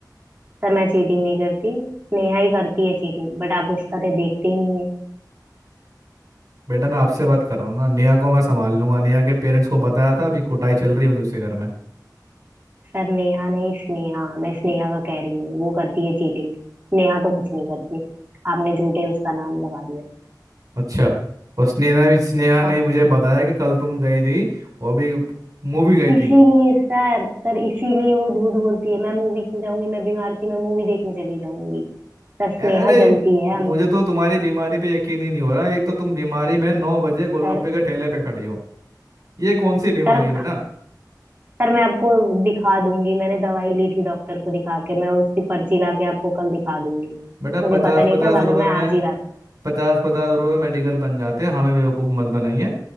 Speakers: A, on the right; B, on the right.
A: सर मैं चीटिंग नहीं करती नेहा ही करती है चीटिंग बट आप उसका तो देखते ही नहीं है
B: बेटा मैं आपसे बात कर रहा हूँ ना नेहा को मैं संभाल लूंगा नेहा के पेरेंट्स को बताया था अभी कुटाई चल रही होगी उसके घर में
A: सर नेहा नहीं स्नेहा मैं स्नेहा का कह रही हूँ वो करती है चीटिंग नेहा तो कुछ नहीं करती आपने झूठे ही उसका नाम लगा दिया
B: अच्छा और स्नेहा भी स्नेहा ने
A: और
B: मुझे बताया कि कल तुम गई थी वो भी मूवी गई थी
A: इसीलिए सर सर इसीलिए वो झूठ बोलती है मैं मूवी क्यों जाऊंगी मैं बीमार थी मैं मूवी देखने चली जाऊंगी सर स्नेहा
B: अ- अरे
A: जलती है हमसे
B: मुझे तो तुम्हारी बीमारी पे यकीन ही नहीं हो रहा एक तो तुम बीमारी में नौ बजे गोलगप्पे
A: सर
B: के ठेले पे खड़ी हो ये कौन सी बीमारी
A: सर
B: है बेटा
A: सर मैं आपको दिखा दूंगी मैंने दवाई ली थी डॉक्टर को दिखा के मैं उसकी पर्ची ला के आपको कल दिखा दूंगी
B: बेटा
A: मुझे
B: पचास
A: पता नहीं
B: पचास
A: था वरना
B: रुपए
A: मैं
B: में
A: आज ही रात
B: पचास पचास रुपए में मेडिकल बन जाते हैं हमें बेवकूफ़ मत बनाइए